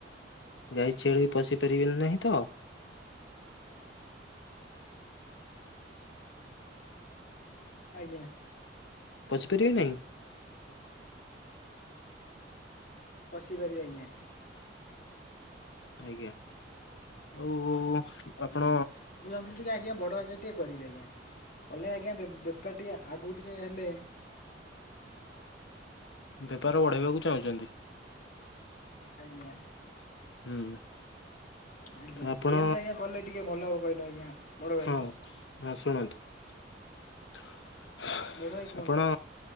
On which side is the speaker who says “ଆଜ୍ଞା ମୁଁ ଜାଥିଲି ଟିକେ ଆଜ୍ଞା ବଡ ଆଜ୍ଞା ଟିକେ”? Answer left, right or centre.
Left